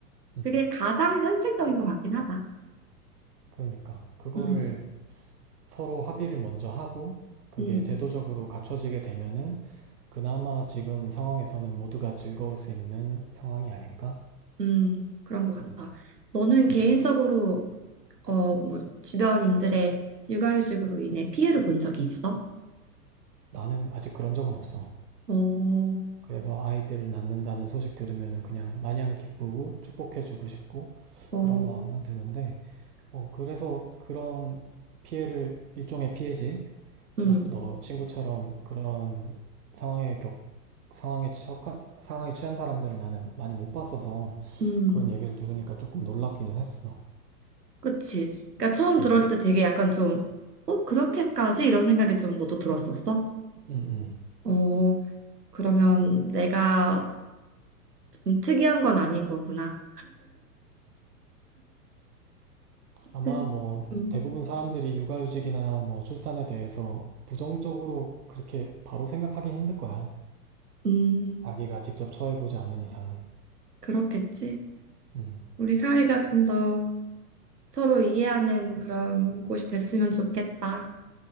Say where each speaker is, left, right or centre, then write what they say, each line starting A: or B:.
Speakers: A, on the right (about 70°); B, on the right (about 85°).
A: 음,
B: 그게 가장 현실적인 것 같긴 하다.
A: 그러니까 그거를
B: 음,
A: 서로 합의를 먼저 하고 그게
B: 음,
A: 제도적으로 갖춰지게 되면은 그나마 지금 상황에서는 모두가 즐거울 수 있는 상황이 아닐까?
B: 음, 그런 것 같다.
A: 음,
B: 너는
A: 음.
B: 개인적으로 어, 뭐, 주변인들의 육아휴직으로 인해 피해를 본 적이 있어?
A: 나는 아직 그런 적은 없어.
B: 어,
A: 그래서 아이들을 낳는다는 소식 들으면 그냥 마냥 기쁘고 축복해주고 싶고
B: 어,
A: 그런 마음만 드는데, 어, 그래서 그런 피해를 일종의 피해지.
B: 음,
A: 너, 너 친구처럼 그런 상황에 겪, 상황에 처한, 상황에 취한 사람들을 나는 많이 못 봤어서
B: 음,
A: 그런 얘기를 들으니까 조금 놀랍기는 했어.
B: 그치. 그러니까 처음 들었을
A: 응,
B: 때 되게 약간 좀, 어, 그렇게까지? 이런 생각이 좀 너도 들었었어?
A: 응, 응.
B: 어, 그러면 내가 좀 특이한 건 아닌 거구나.
A: 아마
B: 음,
A: 뭐
B: 음,
A: 대부분 사람들이 육아휴직이나 뭐 출산에 대해서 부정적으로 그렇게 바로 생각하기 힘들 거야.
B: 음,
A: 자기가 직접 처해보지 않은 이상은.
B: 그렇겠지.
A: 음,
B: 우리 사회가 좀 더 서로 이해하는 그런 곳이 됐으면 좋겠다.